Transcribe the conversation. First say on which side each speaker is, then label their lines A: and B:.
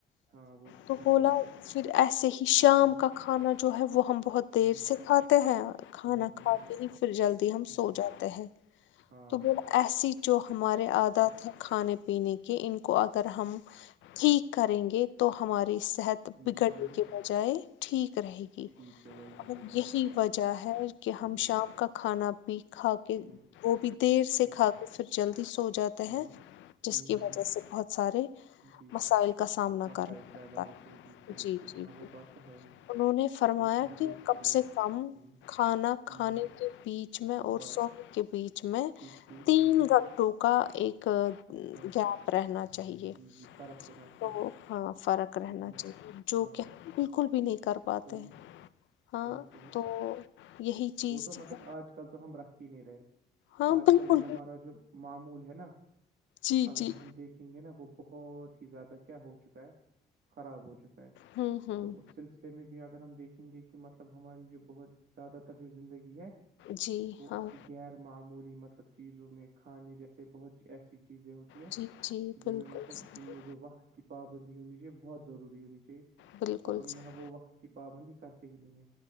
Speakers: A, on the right; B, on the left.
A: ہاں وہ
B: تو
A: صحیح
B: بھولا
A: بات ہے
B: پھر اسسی کہ شام
A: ہ
B: کا کھانا جو ہے وہ ہم بہت دیر
A: ہ
B: سے کھاتے ہیں کھانا
A: ہ
B: کھاتے ہی پھر جلدی ہم
A: ہ
B: سو جاتے ہیں
A: ہاں
B: تو ب ایسی جو ہمارے
A: اچھا
B: عادات ہیں کھانے پینے کے ان کو اگر ہم ٹھیک کریں گے تو ہماری صحت
A: ہ
B: بگڑنے
A: ہ
B: کے بجائے ٹھیک رہے گی
A: ٹھیک ہو جائے گی
B: اور
A: جی جی
B: یہی وجہ ا ہے کہ ہم
A: جی
B: شام کا کھانا پ کھا کے
A: جی
B: وہ بھی دیر سے
A: جی
B: کھا کر پھر جلدی سو جاتا
A: ہاں
B: ہے جس
A: ہوں
B: کی
A: ہوں
B: وجہ سے بہت سارے
A: جی
B: مسائل کا سامنا
A: مسائل
B: کرنا پڑتا
A: پیدا
B: ہے
A: ہوتے ہیں صحیح
B: جی
A: صحیح
B: جی
A: ہاں وہ
B: جی
A: بات تو ہے ہی
B: انہوں نے فرمایا
A: وہ تو ہم
B: کہ
A: دیکھ
B: کم
A: ہی رہے
B: سے کم
A: ہ
B: کھانا
A: ہ
B: کھانے
A: ہ
B: کے بیچ میں اور
A: بات
B: سونے کے بیچ میں
A: ٹھیک ٹھیک
B: تین
A: ہ
B: گھنٹوں کا ایک
A: اچھا
B: گیپ رہنا چ چاہیے
A: جی جی فرق ہونا چاہیے
B: تو ہاں فرق رہنا
A: جی
B: چاہیے جو
A: ہاں
B: کہ بالکل بھی نہیں کر پاتے
A: صحیح
B: ہاں
A: صحیح صحیح
B: تو یہی چیز
A: وہ تو
B: تھی
A: مطلب آج کل تو ہم رکھ ہی نہیں رہے
B: ہاں
A: آج
B: بالکل
A: کل جو ہمارا جو معمول ہے نا
B: جی
A: اگر
B: جی
A: ہم دیکھ دکھیں گے نا وہ بہت ہی زیادہ کیا ہو چکا ہے خراب ہو چکا ہے
B: ہوں ہوں
A: تو اس سلسلے اسے میں بھی اگر ہم دیکھیں گے کہ مطلب ہماری جو بہت زیادہ تر جو زندگی ہے
B: جی
A: وہ
B: ہاں
A: اسی غیر معمولی مطلب چیزوں میں کھانے جیسے بہت ایسی چیزیں ہوتی
B: جی جی
A: جن
B: بالکل
A: میں مطلب
B: صحیح
A: جن میں جو وقت کی پابندی ہونی چاہیے بہت ضروری ہونی چاہیے
B: بالکل
A: پر ان
B: صحیح
A: میں ہم وہ وقت کی پابندی کرتے ہی نہیں ہے